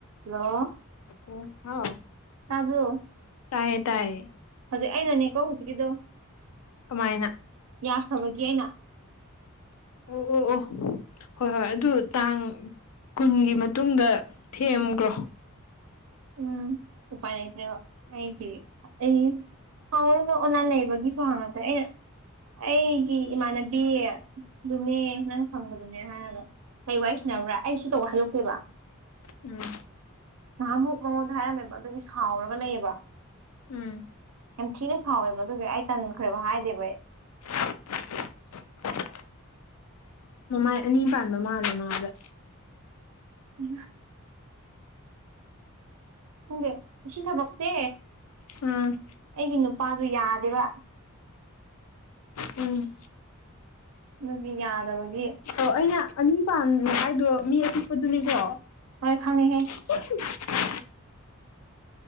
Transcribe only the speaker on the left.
ꯑꯣ ꯍꯥꯎ
ꯇꯥꯏ ꯇꯥꯏ
ꯑꯗꯨꯃꯥꯏꯅ
ꯑꯣ ꯑꯣ ꯑꯣ ꯍꯣꯏ ꯍꯣꯏ ꯑꯗꯨ ꯇꯥꯡ ꯀꯨꯟꯒꯤ ꯃꯇꯨꯡꯗ ꯊꯦꯝꯈ꯭ꯔꯣ
ꯎꯝ
ꯎꯝ
<unintelligible> ꯃꯃꯥꯏ ꯑꯅꯤ ꯄꯥꯟꯕ ꯃꯥꯜꯂꯦ ꯃꯥꯗ
ꯑꯝ
ꯎꯝ
ꯑꯣ ꯑꯩꯅ ꯑꯅꯤ ꯄꯥꯟꯕꯥꯟ ꯍꯥꯏꯥꯏꯗꯣ ꯃꯤ ꯑꯄꯤꯤꯛꯄꯗꯨꯅꯤꯀꯣ
<unintelligible>